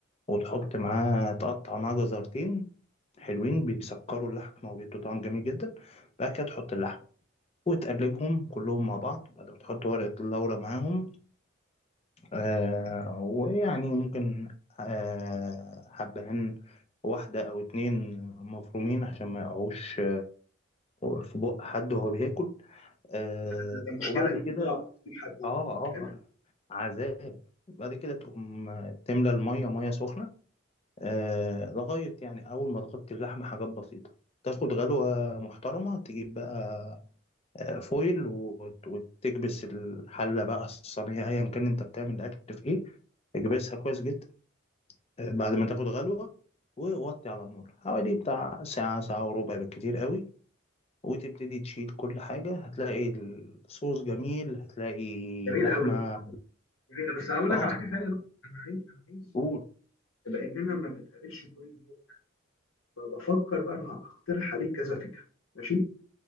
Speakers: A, on the left; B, on the left.
A: وتحط معاه تقطع معاه جزرتين حلوين بيسكروا اللحمة وبيدوا طعم جميل جدا بعد كده تحط اللحمة وتقلبهم كلهم مع بعض بعد ما تحط ورقة اللورة معاهم آه ويعني ممكن آه حبهان واحدة أو اتنين مفرومين عشان ما يقعوش في بق حد وهو بياكل آه
B: ده ده مشكله
A: وبعد
B: دي
A: كده
B: بتقع في حد
A: اه اه
B: حلو.
A: عذاب بعد كده تقوم تملى المية مية سخنة آه لغاية يعني أول ما تغطي اللحمة حاجات بسيطة تاخد غلوة محترمة تجيب بقى آه، فويل وت- وتكبس الحلة بقى الصينية أيا كان أنت بتعمل الأكل في إيه اكبسها كويس جدا آه، بعد ما تاخد غلوة ووطي على النار حوالي بتاع ساعة ساعة وربع بالكتير قوي وتبتدي تشيل كل حاجة هتلاقي الصوص جميل هتلاقي
B: جميل
A: اللحمة
B: قوي جميله بس هقول
A: اه
B: لك على حاجه ثانيه بقى انا عايز انا عايز
A: قول
B: لاننا ما بنتقابلش كل يوم فبفكر بقى انا هقترح عليك كذا فكره ماشي